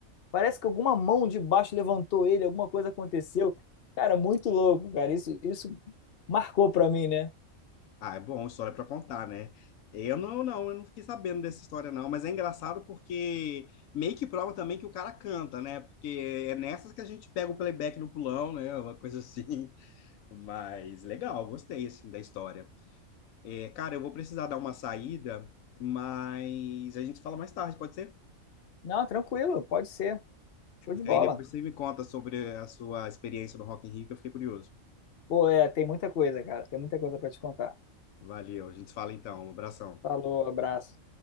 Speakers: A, on the left (about 50°); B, on the left (about 85°).
A: Parece que alguma mão de baixo levantou ele, alguma coisa aconteceu. Cara, muito louco, cara. Isso, isso marcou pra mim, né?
B: Ah, é bom, história para contar, né? Eu não, não, eu não fiquei sabendo dessa história, não, mas é engraçado porque meio que prova também que o cara canta, né? Porque é nessas que a gente pega o playback no pulão, né? <laughs> Uma coisa assim. Mas legal, gostei assim da história. É, cara, eu vou precisar dar uma saída, mas a gente fala mais tarde, pode ser?
A: Não, tranquilo, pode ser. Show
B: Porque
A: de bola.
B: aí depois você me conta sobre a sua experiência no Rock in Rio, que eu fiquei curioso.
A: Pô, é, tem muita coisa, cara. Tem muita coisa pra te contar.
B: Valeu, a gente se fala então. Um abração.
A: Falou, abraço.